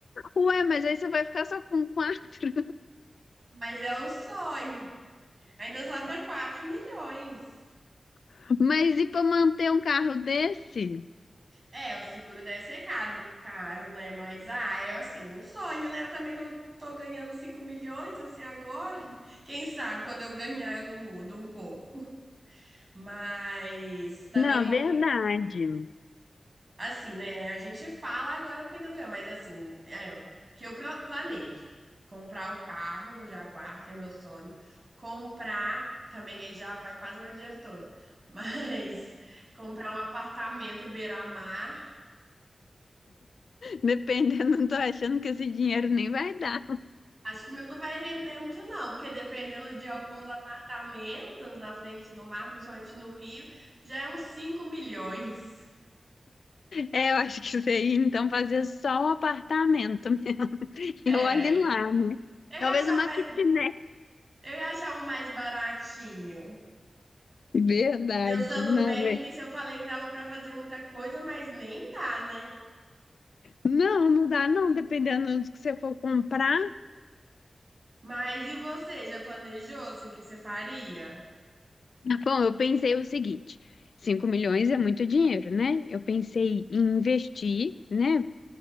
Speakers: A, on the left; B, on the right.
A: Ué, mas aí você vai ficar só com quatro.
B: Mas é um sonho. Ainda sobra 4 milhões.
A: <laughs> Mas e para manter um carro desse?
B: É, o seguro deve ser caro, caro, né? Mas, ah, é assim, um sonho, né? Eu também não tô ganhando 5 milhões, assim, agora. <laughs> Quem sabe quando eu ganhar eu não mudo um pouco. Mas também
A: Não,
B: com
A: verdade.
B: Assim, né? A gente fala agora porque ainda não é, mas assim, é, que eu pla- planejo comprar o carro, o Jaguar, que é meu sonho. Comprar, também aí já vai quase meu dinheiro todo. Mas <laughs> comprar um apartamento beira-mar,
A: Dependendo, não tô achando que esse dinheiro nem vai dar.
B: acho que o meu não vai render muito não, porque dependendo de alguns apartamentos na frente do mar, principalmente no Rio, já é uns 5 milhões.
A: É, eu acho que isso aí, então fazer só o apartamento. <laughs>
B: É,
A: E olhe lá, né?
B: eu
A: Talvez
B: ia achar
A: uma
B: um mais,
A: kitnet.
B: eu ia achar um mais baratinho.
A: Verdade,
B: Pensando
A: não
B: bem, no
A: é.
B: início eu falei que dava pra fazer muita coisa, mas nem dá, né?
A: Não, não dá, não, dependendo do que você for comprar.
B: Mas e você, já planejou assim o que você faria?
A: Bom, eu pensei o seguinte: 5 milhões é muito dinheiro, né? Eu pensei em investir, né?